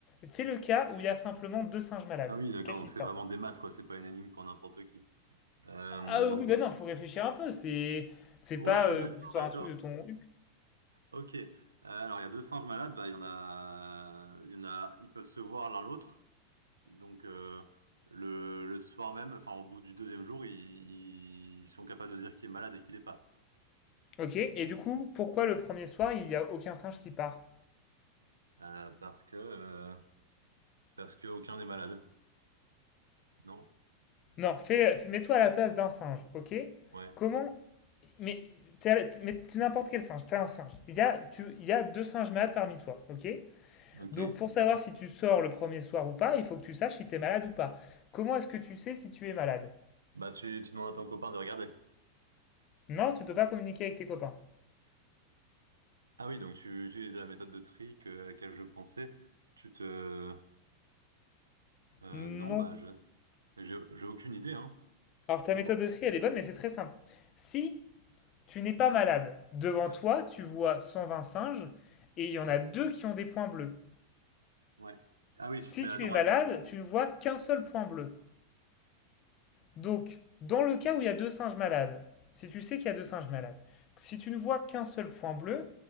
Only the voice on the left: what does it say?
Fais le cas où il y a simplement deux singes malades.
Qu'est-ce
qui
se passe?
Ah oui,
ben non, faut réfléchir un peu, c'est c'est
pas euh,
que ce soit
un truc de ton...
Ok, et du coup, pourquoi le premier soir, il y a aucun singe qui part?
Non, fais, fais- mets-toi à la place d'un singe, ok?
Comment... Mais t'es mais t'es n'importe quel singe, t'es un singe. Il y a, tu, il y a deux singes malades parmi toi, ok?
Donc pour savoir si tu sors le premier soir ou pas, il faut que tu saches si t'es malade ou pas. Comment est-ce que tu sais si tu es malade?
Non, tu peux pas communiquer avec tes copains.
Non.
Alors ta
méthode de tri, elle est bonne, mais c'est très simple. Si tu n'es pas malade, devant
toi, tu vois 120 singes et il y
en a deux qui ont des points bleus.
Si
tu
es malade, tu ne vois qu'un seul point bleu. Donc, dans le cas où il y a deux singes malades, si tu sais qu'il y a deux singes malades, si tu ne vois qu'un seul point bleu,